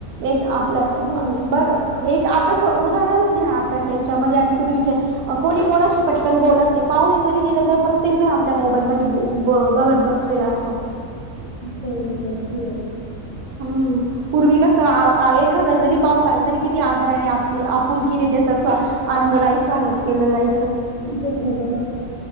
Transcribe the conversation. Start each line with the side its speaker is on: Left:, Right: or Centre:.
Right: एक आपलं
Left: हो
Right: बघ एक आता उदाहरणच घ्या हे च्यामध्ये आणि पूर्वीच्या कोणी कोणाशी पटकन बोलत नाही पाहुणे जरी गेलं प्रत्येक जण आपल्या मोबाईल मध्ये ब बघत बसलेला असतो.
Left: बरोबर हो.
Right: हम्म पूर्वी कस आ एखादा जरी पाहून आलं तरी किती आदार ने आपली फुलकिरी त्याच स्वा आनंददायी स्वागत केलं जाई
Left: बरोबर हो.